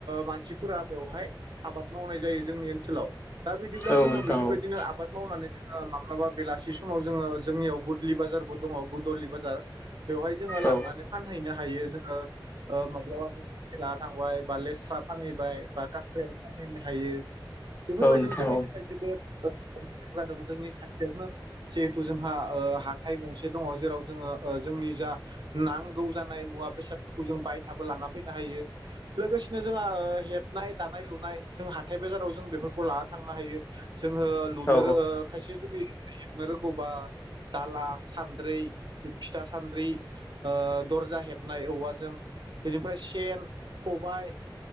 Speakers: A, on the right; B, on the left.
A: मानसिफोरा बेवहाय आबाद मावनाय जायो जोंनि - ओनसोलाव दा बिदिब्ला
B: औ
A: जोङो
B: नोंथां
A: बेफोरबायदिनो
B: औ
A: आबाद मावनानै जोङो माब्लाबा बेलासि समाव जोंङो जोंनियाव गुदलि बाजारबो दङ गुदलि बाजार बेवहाय जोङो लांनानै
B: औ
A: फानहैनो हायो जोङो माब्लाबाला थांबाय बा लेस्रा फानहैबाय बा काकरेल फान नो हायो। बेफोरबायदिनो
B: औ नोंथां
A: जोंनि थाखाय जोबोद जादों जोंनि खाथियावनो जिहेथु जों हा हाथाइ गंसे दङ जेराव जोङो जोंनि जा नांगौ जानाय मुवा-बेसाद जोंङो बायनाबो‌ लाना फैनो हायो लोगोसेनो जों हेबनाय दानाय लुनाय हाथाइ बाजार फोराव जों बेफोरखौ लाना थांनो हायो जोङो लुनो
B: औ
A: खायसे जुदि हेबनो रोंगौबा दाला सान्द्रि फिथा सान्द्रि ओ दर्जा हेबनाय औवाजों बेनिफ्राय सेन खबाय